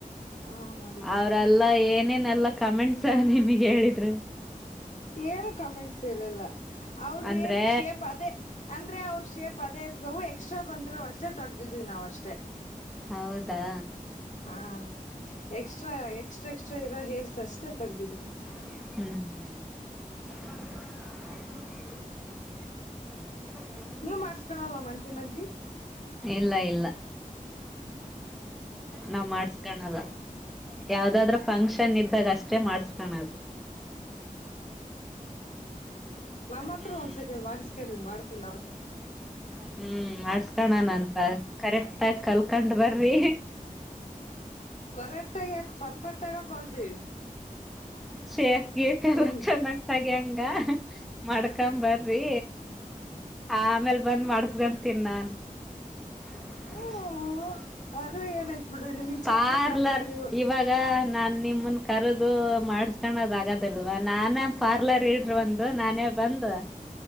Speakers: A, on the left; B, in the centre.
A: ಹಾ ಮಾಡಿದ್ದೀವಿ
B: ಅವ್ರಲ್ಲ ಏನೇನೆಲ್ಲಾ ಕಮೆಂಟ್ಸ್ ನಿಮಗ್ ಹೇಳಿದ್ರು.
A: ಏನು ಕಮೆಂಟ್ಸ್ ಹೇಳಿಲ್ಲ ಅವರು
B: ಅಂದ್ರೆ
A: ಏನು ಶೇಪ್ ಅದೇ. ಅಂದ್ರೆ ಅವ್ರರು ಶೇಪ್ ಅದೇ ಇರ್ತವು ಎಕ್ಸ್ಟ್ರಾ ಬಂದರರು ಅಷ್ಟೇ ತಗ್ದಿದೀವಿ ನಾವು ಅಷ್ಟೇ.
B: ಹೌದಾ.
A: ಹಾ ಎಕ್ಸ್ಟ್ರಾ ಎಕ್ಸ್ಟ್ರಾ ಎಕ್ಸ್ಟ್ರಾ ಇರೋ ಹೇರ್ಸ್ ಅಷ್ಟೇ ತಗ್ದಿದ್ವಿ.
B: ಹ್ಮ್.
A: ಹ್ಮ್
B: <inaudible>
A: ನೀವು ಮಾಡ್ಸ್ಕೊಳಲ್ಲವಾ ಮಂತ್ಲಿ ಮಂತ್ಲಿ.
B: ಇಲ್ಲ ಇಲ್ಲ ನಾವ್ ಮಾಡ್ಸ್ಕಾಣಲ್ಲ ಯಾವ್ದಾದ್ರ ಫಂಕ್ಷನ್ ಇದ್ದಾಗ ಅಷ್ಟೆ ಮಾಡ್ಸ್ಕಾಣದು.
A: ನಮ್ಮ ಹತ್ರ
B: ಹ್ಮ್
A: ಒಂದ್ಸತಿ ಮಾಡ್ಸ್ಕರ್ರಿ ಮಾಡ್ತೀವಿ ನಾವು.
B: ಹ್ಮ್ ಮಾಡಿಸಿಕೊಳೋಣ ಅಂತ ಕರೆಕ್ಟ್ ಆಗಿ ಕಲ್ಕಂಡ್ ಬರ್ರಿ.
A: ಕರೆಕ್ಟ್ ಆಗ ಯಾಕೆ ಪರ್ಫೆಕ್ಟ್ ಹಾಗ ಕಲ್ತಿವಿ.
B: ಶೇಫ್ ಗೀತೆ ಎಲ್ಲ
A: ಏನು
B: ಚೆನ್ನಾಗ ತೆಗಿಯಂಗ ಮಾಡ್ಕೊಂಬರಿ. ಆ ಆಮೇಲೆ ಬಂದ್ ಮಾಡಸ್ಕಂತೀನೀ ನಾನ್ <inaudible>
A: ಹ್ಮ ಆದ್ರೆ ಏನಾಯ್ತ್ ಬಿಡ್ರಿ ನಿಮಗ್
B: ಪಾರ್ಲರ್
A: ಚೆನ್ನಾಗ್ ಕಂಡ್ರೆ ನೀವು
B: ಇವಾಗ ನಾ ನಿಮ್ಮ. ನಿಮಮ್ಮ್ನ ಕರದು ಮಾಡ್ಸ್ಕೊಂಡದ ಆಗದಲ್ವಾ ನಾನೇ ಪಾರ್ಲರ್ ಇಡ್ರ ಒಂದು ನಾನೇ ಬಂದ